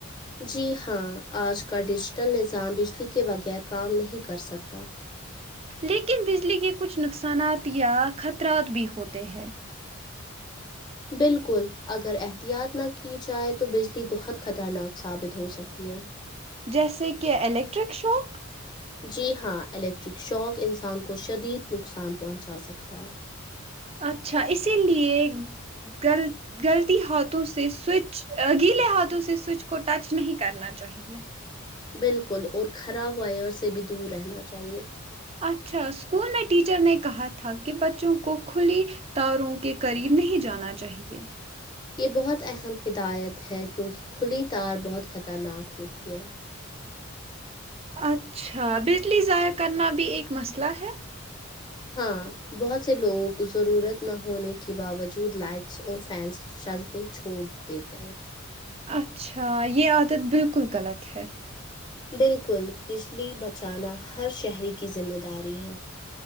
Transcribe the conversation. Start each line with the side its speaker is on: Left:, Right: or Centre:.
Left: جی ہاں آج کا ڈیجیٹل نظام بجلی کے بغیر کام نہیں کر سکتا
Right: لیکن بجلی کے کچھ نقصانات یا خطرات بھی ہوتے ہیں
Left: بالکل اگر احتیاط نہ کی جائے تو بجلی بہت خطرناک ثابت ہو سکتی ہے
Right: جیسے کہ الیکٹرک شاک
Left: جی ہاں الیکٹرک شاک انسان کو شدید نقصان پہنچا سکتا ہے
Right: اچھا اسی لیے غلط غلطی ہاتھوں سے سوئچ گیلے ہاتھوں سے سوئچ کو ٹچ نہیں کرنا چاہیے
Left: بالکل اور خراب وائر سے بھی دور رہنا چاہیے
Right: اچھا اسکول میں ٹیچر نے کہا تھا کہ بچوں کو کھلی تاروں کے قریب نہیں جانا چاہیے
Left: یہ بہت اہم ہدایت ہے کیونکہ کھلی تار بہت خطرناک ہوتی ہے
Right: اچھا بجلی ضائع کرنا بھی ایک مسئلہ ہے
Left: ہاں بہت سے لوگوں کو ضرورت نہ ہونے کے باوجود لائٹس اور فینس چلتے چھوڑ دیتے ہیں
Right: اچھا یہ عادت بالکل غلط ہے
Left: بالکل بجلی بچانا ہر شہری کی ذمہ داری ہے